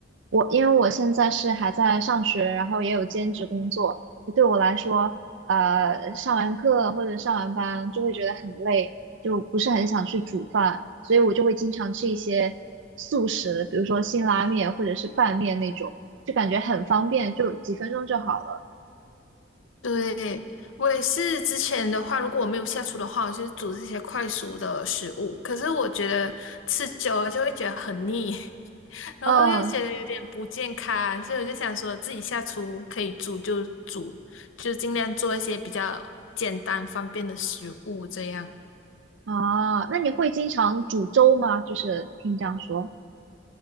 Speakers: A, on the right (about 70°); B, on the left (about 85°).
A: 我，因为我现在是还在上学，然后也有兼职工作，就对我来说，呃，上完课或者上完班就会觉得很累，就不是很想去煮饭，所以我就会经常吃一些速食，比如说辛拉面或者是拌面那种，就感觉很方便，就几分钟就好了。
B: 对，我也是之前的话，如果我没有下厨的话，我就是煮这些快熟的食物。可是我觉得吃久了就会觉得很腻，<laughs> 然后又觉得有点不健康，
A: 嗯，
B: 所以我就想说自己下厨可以煮就煮，就尽量做一些比较简单方便的食物这样。
A: 啊，那你会经常煮粥吗？就是听你这样说